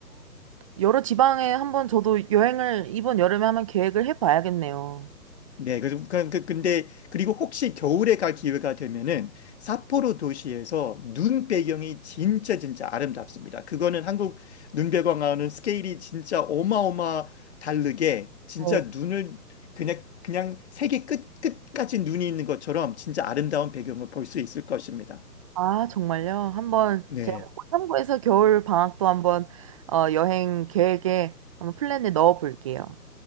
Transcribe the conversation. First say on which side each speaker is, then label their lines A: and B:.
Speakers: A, on the right; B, on the left.
A: 여러 지방에 한번 저도 여행을 이번 여름에 한번 계획을 해봐야겠네요.
B: 네, 그래서 그- 그- 근데 그리고 혹시 겨울에 갈 기회가 되면은 삿포로 도시에서 눈 배경이 진짜 진짜 아름답습니다. 그거는 한국 눈 배경하고는 스케일이 진짜 어마어마 다르게 진짜
A: 어,
B: 눈을 그냥 그냥 세계 끝 끝까지 눈이 있는 것처럼 진짜 아름다운 배경을 볼 수 있을 것입니다.
A: 아, 정말요? 한번
B: 네.
A: 제가 그거 참고해서 겨울 방학도 한번 어 여행 계획에 한번 플랜에 넣어 볼게요.